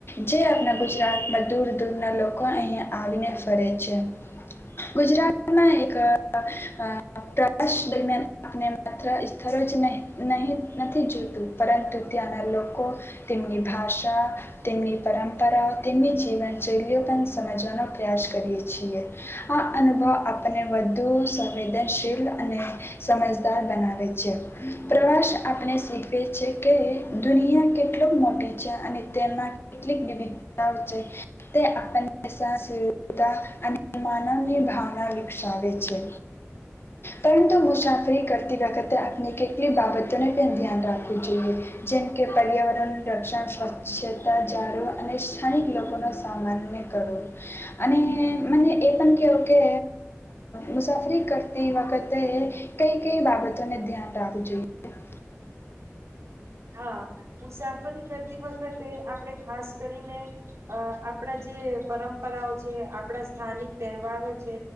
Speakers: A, on the left; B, on the right.
A: જે આપણા ગુજરાતમાં દૂર દૂર ના લોકો અહીં આવીને ફરે છે ગુજરાત મા અ પ્રવાસ દરમિયાન આપણે માત્ર સ્થળ જ નહી નહી નથી જોતું પરંતુ ત્યાંના લોકો તેમની ભાષા તેમની પરંપરાઓ તેમની જીવનશૈલીઓ પણ સમજવાનો પ્રયાસ કરીયે છીએ આ અનુભવ આપણને વધુ સંવેદનશીલ અને સમજદાર બનાવે છે પ્રવાસ આપણે શીખવી છી કે દુનિયા કેટલોક મોટી છે અને તેમાં કેટલીક વિવિધતાઓ છે તે આપણનેતા અને માનવની ભાવના વિકસાવે છે પરંતુ મુસાફરી કરતી વખતે આપણે કેટલીક બાબતોને પણ ધ્યાન રાખવું જોઈએ જેમ કે પર્યાવરણ રક્ષણ સ્વચ્છતા જાળો અને સ્થાનિક લોકો ન સામાન કરવો અને મને એ પણ કેવો કે મુસાફરી કરતી વખતે કઈ કઈ બાબતોને ધ્યાન રાખવું જોઈએ
B: હા મુસાફરી કર તી વખતે આપણે ખાસ કરીને અ આપ આપણા જે પરંપરાઓ છે આપણા સ્થાનિક તહેવારો છે,